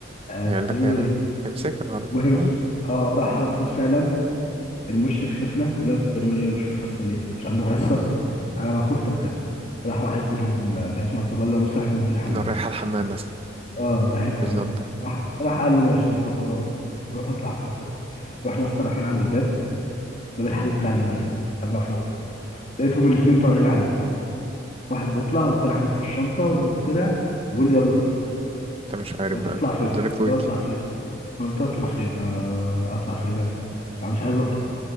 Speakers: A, on the left; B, on the right.
A: آه انتوا
B: هيقول
A: بتعملوا
B: لك آه،
A: ايه
B: امسكها على
A: المهم
B: طول اه
A: اه راح استاذ فعلا المشرف شافنا ولا انتوا بتعملوا ايه أنا مش في الفصل ليه مش عندكم حصه انا ما خفت اتكلم راح واحد منهم آه، كان اسمه عبد الله اللي هو مثلا احنا نازلين الحمام
B: أنا رايح الحمام مثلا
A: اه رايحين الحمام
B: بالظبط آه.
A: راح راح قال له ماشي طب روحوا روح روحوا اطلعوا حصتكم رحنا اصلا رايحين عند الباب باب الحديد بتاع المدرسه كان مقفول لقيتهم الاثنين طالعين عليه واحد بيطلع والتاني حادف في الشنطه وطلع بيقول لي يلا
B: انت مش عارف
A: فقلت
B: بقى
A: اطلع فين
B: دولك طويل
A: قلت له اطلع فين قلت له اطلع فين آه، اطلع فين انا انا مش عايز اطلع